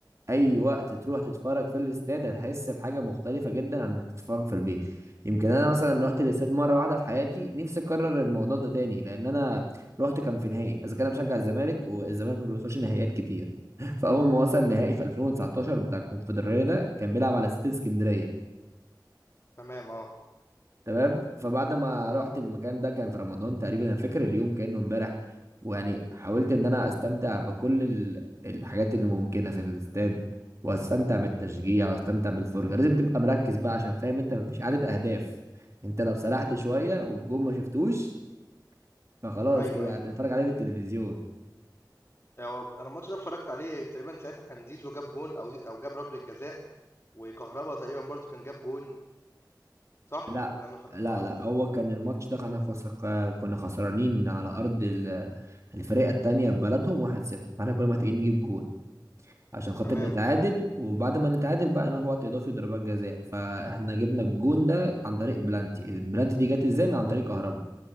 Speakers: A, on the right; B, on the left.
A: اي وقت تروح تتفرج في الاستاد هتحس بحاجه مختلفه جدا عن انك تتفرج في البيت يمكن انا مثلا رحت الاستاد مره واحده في حياتي نفسي اكرر الموضوع ده تاني لان انا رحت كان في نهائي اذا كان انا بشجع الزمالك والزمالك ما بيوصلش نهائيات كتير <laughs> فاول ما وصل نهائي في 2019 بتاع الكونفدراليه ده كان بيلعب على استاد اسكندريه
B: تمام اه
A: تمام فبعد ما رحت المكان ده كان في رمضان تقريبا انا فاكر اليوم كانه امبارح ويعني حاولت ان انا استمتع بكل ال- الحاجات اللي ممكنه في الاستاد واستمتع بالتشجيع واستمتع بالفرجه لازم تبقى مركز بقى عشان فاهم انت مفيش عدد اهداف انت لو سرحت شويه والجون ما شفتوش فخلاص
B: ايوه
A: كده
B: ايوه
A: هتتفرج عليه في التلفزيون
B: هو انا الماتش ده اتفرجت عليه تقريبا ساعتها كان زيزو جاب جون او زي... او جاب ركله جزاء وكهربا تقريبا برضو كان جاب جون صح
A: لا
B: ولا انا فاكر
A: لا
B: غلط
A: لا هو كان الماتش ده كنا خس- كنا خسرانين على ارض ال- الفريق التانية في بلدهم 1-0 فاحنا كنا محتاجين نجيب جون عشان خاطر
B: تمام
A: نتعادل وبعد ما نتعادل بقى نروح وقت اضافي وضربات جزاء فاحنا جبنا الجون ده عن طريق بلانتي البلانتي دي جت ازاي من عن طريق كهربا